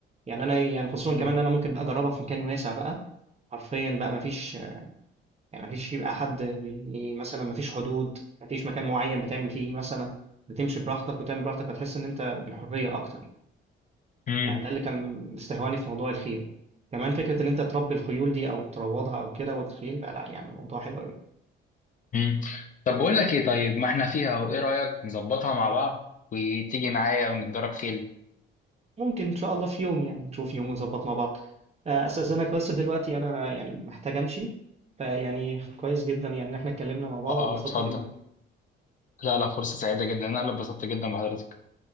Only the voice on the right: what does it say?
يعني انا يعني خصوصا
كمان ان انا ممكن بقى اجربها في مكان واسع بقى حرفيا بقى ما فيش يعني ما فيش يبقى حد بي... مثلا ما فيش حدود ما فيش مكان معين بتعمل فيه مثلا بتمشي براحتك وتعمل براحتك هتحس ان انت بالحريه اكتر
يعني ده اللي كان استهواني في موضوع الخيل كمان فكره ان انت تربي الخيول دي او تروضها او كده والخيل لا يعني الموضوع حلو قوي
ممكن إن شاء الله في يوم يعني نشوف يوم ونظبط مع بعض آه، أستأذنك بس دلوقتي أنا يعني محتاج أمشي فيعني كويس جدا يعني إن إحنا اتكلمنا مع بعض
وبسطت
جدا